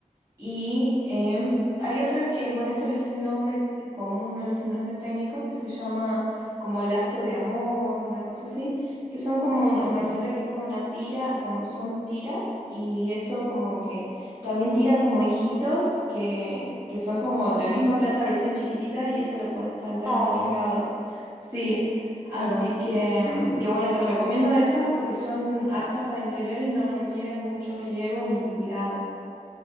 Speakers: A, on the right; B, in the centre.
A: Y em, hay otra que, bueno, esta es el nombre c- común, no es el nombre técnico, que se llama como lazo de amor, una cosa así, que son como una, una
B: Ok.
A: planta que es como una tira, como son tiras, y eso como que también tira como hijitos que, que son como la misma planta versión chiquitita y esa la podés plantar
B: Oh,
A: en otros lados. Sí. Así
B: claro.
A: que, em, que bueno, te recomiendo esas porque son aptas para interior y no requieren mucho riego ni cuidado.